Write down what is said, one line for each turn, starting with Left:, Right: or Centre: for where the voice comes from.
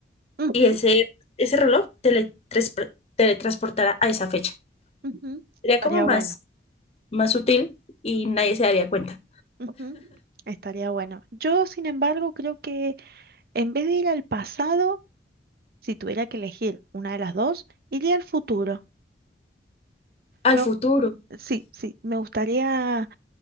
Right: Ujú,
Left: y ese, ese reloj teletranspo- teletransportara a esa fecha.
Right: ujú,
Left: Sería
Right: Estaría
Left: como más,
Right: bueno.
Left: más sutil y nadie se daría cuenta.
Right: ujú, Estaría bueno. Yo, sin embargo, creo que en vez de ir al pasado, si tuviera que elegir una de las dos, iría al futuro.
Left: al
Right: Me
Left: futuro.
Right: gu- sí, sí, me gustaría